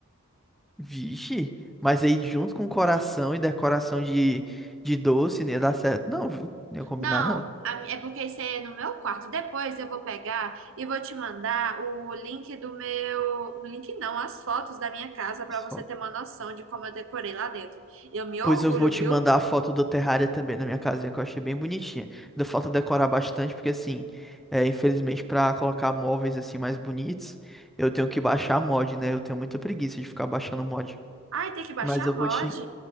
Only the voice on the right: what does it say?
Não,
a mi- é porque isso aí é no meu quarto. Depois eu vou pegar e vou te mandar o link do meu. No link não, as fotos da minha casa para
você
ter uma noção de como eu decorei lá dentro. Eu me orgulho,
viu?
Ai, tem que baixar
a mod.